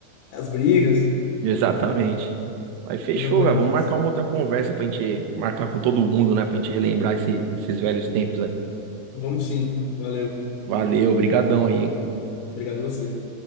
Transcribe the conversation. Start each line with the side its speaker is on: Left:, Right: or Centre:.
Left: As brigas,
Right: <laughs> Exatamente. Mas fechou,
Left: coisa boa
Right: cara.
Left: demais.
Right: Vamos marcar uma outra conversa pra gente marcar com todo mundo, né? Pra gente relembrar esse- esses velhos tempos aí.
Left: Vamos sim, valeu.
Right: Valeu, brigadão aí, hein?
Left: Obrigado a você.